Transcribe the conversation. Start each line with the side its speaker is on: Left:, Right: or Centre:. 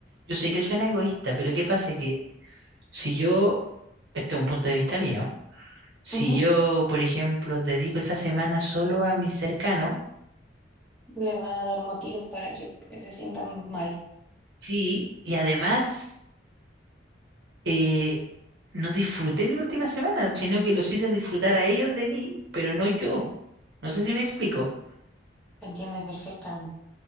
Right: Yo sé que suena egoísta, pero ¿qué pasa? Que si yo, este es un punto de vista mío, si
Centre: Ujú,
Right: yo, por ejemplo, dedico esa semana solo a mis cercanos,
Centre: Le va a dar motivos para que se sientan mal.
Right: sí, y además eh, no disfruté mi última semana, sino que los hice disfrutar a ellos de mí, pero no yo. No sé si me explico.
Centre: ¿Te entiendes perfectamente?